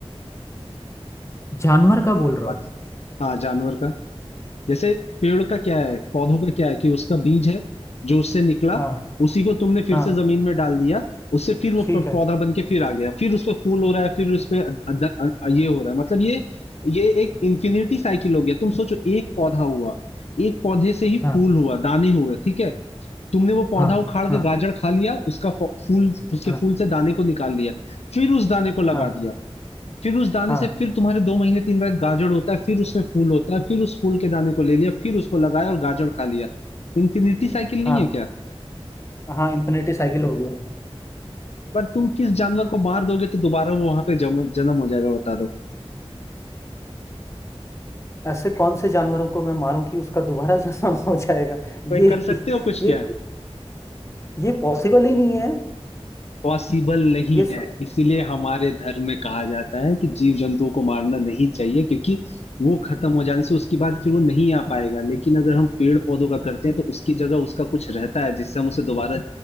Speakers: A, on the left (about 25°); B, on the left (about 80°).
A: जानवर का बोल रहे
B: मत,
A: हो
B: हाँ जानवर का जैसे पेड़ का क्या है पौधों का क्या है कि उसका बीज है जो उससे निकला
A: हाँ
B: उसी को तुमने फिर
A: हाँ
B: से जमीन में डाल दिया उससे फिर वो
A: ठीक
B: प-
A: है
B: पौधा बन के फिर आ गया फिर उस पे फूल हो रहा है फिर उस पे अ- अ- अ- अ- ये हो रहा है मतलब ये ये एक इन्फिनिटी साइकिल हो गया तुम सोचो एक पौधा हुआ एक पौधे से ही फूल
A: हाँ
B: हुआ दाने हुए ठीक है तुमने वो पौधा
A: हाँ
B: उखाड़ के
A: हाँ
B: गाजर खा लिया उसका फ- फूल उसके
A: हाँ
B: फूल से दाने को निकाल लिया फिर उस दाने को लगा
A: हाँ
B: दिया फिर उस दाने
A: हाँ
B: से फिर तुम्हारे दो महीने तीन बार गाजर होता है फिर उसमें फूल होता है फिर उस फूल के दाने को ले लिया फिर उसको लगाया और गाजर खा लिया इन्फिनिटी साइकिल नहीं
A: हाँ
B: है क्या
A: हाँ इन्फिनिटी साइकिल हो गया
B: पर तुम किस जानवर को मार दोगे तो दोबारा वो वहां पे जम, जन्म हो जाएगा बता दो
A: ऐसे कौन से जानवरों को मैं मारूं कि उसका दोबारा जन्म हो जाएगा
B: कोई
A: ये
B: कर सकते हो कुछ क्या
A: ये ये पॉसिबल ही नहीं है
B: पॉसिबल नहीं
A: ये स...
B: है इसीलिए हमारे धर्म में कहा जाता है कि जीव जंतुओं को मारना नहीं चाहिए क्योंकि वो खत्म हो जाने से उसके बाद फिर वो नहीं आ पाएगा लेकिन अगर हम पेड़ पौधों का करते हैं तो उसकी जगह उसका कुछ रहता है जिससे हम उसे दोबारा